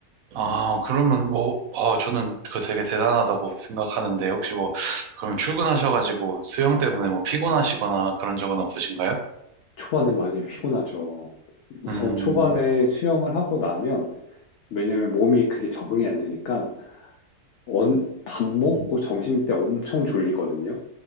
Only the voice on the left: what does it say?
초반에 많이 피곤하죠. 우선
초반에 수영을 하고 나면, 왜냐면 몸이 그게 적응이 안 되니까, 언, 밥 먹고
점심 때 엄청 졸리거든요.